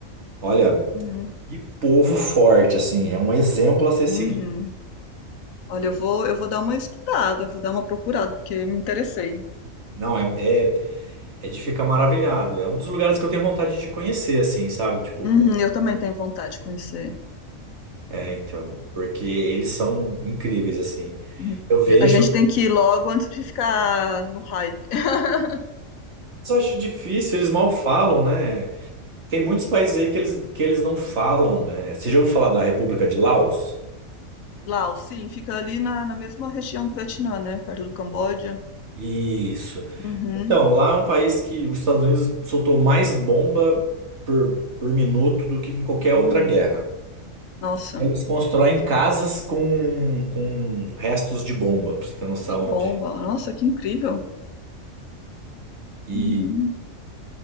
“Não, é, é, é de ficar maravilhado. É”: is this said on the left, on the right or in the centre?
Right